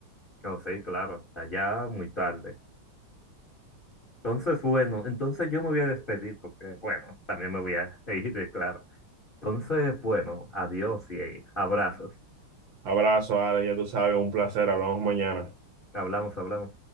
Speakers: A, on the left; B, on the right.
A: oh, sí, claro, está ya muy tarde. Entonces, bueno, entonces yo me voy a despedir porque, bueno, también me voy a <laughs> ir, claro. Entonces, bueno, adiós y abrazos.
B: Abrazo, Ale, ya tú sabes, un placer. Hablamos mañana.
A: Hablamos, hablamos.